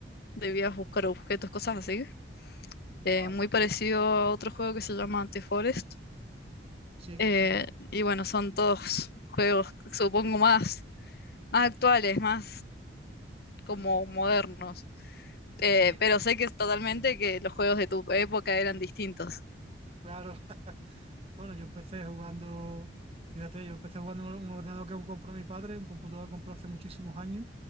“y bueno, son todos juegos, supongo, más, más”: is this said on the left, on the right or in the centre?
Left